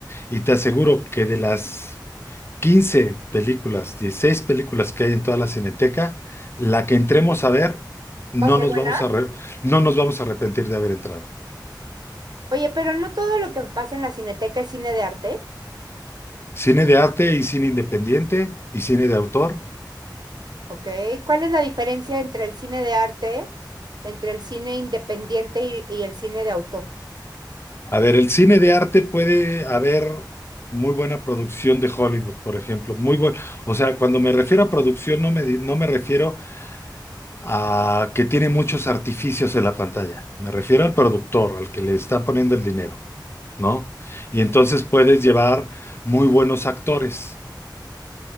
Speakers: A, on the left; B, on the right.
A: y te aseguro que de las 15 películas, 16 películas que hay en toda la Cineteca, la que entremos a ver, no
B: a ser
A: nos
B: buena?
A: vamos a, re- no nos vamos a arrepentir de haber entrado.
B: Oye, pero no todo lo que pasa en la Cineteca es cine de arte.
A: Cine de arte y cine independiente y cine de autor.
B: Ok, ¿cuál es la diferencia entre el cine de arte, entre el cine independiente y, y el cine de autor?
A: A ver, el cine de arte puede haber muy buena producción de Hollywood, por ejemplo, muy buen, o sea, cuando me refiero a producción no me, di- no me refiero a que tiene muchos artificios en la pantalla, me refiero al productor, al que le está poniendo el dinero, ¿no? Y entonces puedes llevar muy buenos actores,